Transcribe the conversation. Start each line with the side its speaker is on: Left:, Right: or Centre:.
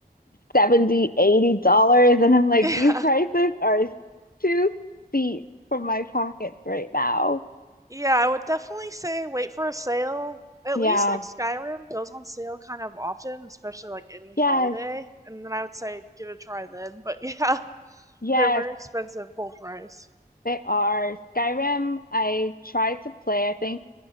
Left: 70, 80 dollars and I'm like
Right: <laughs> Yeah.
Left: these prices are too steep for my pockets right now.
Right: Yeah, I would definitely say wait for a sale. At
Left: Yeah,
Right: least like Skyrim goes on sale kind of often, especially like any
Left: yes,
Right: holiday. And then I would say give it a try then. But <laughs> yeah,
Left: yes,
Right: they're very expensive full price.
Left: they are. Skyrim, I tried to play. I think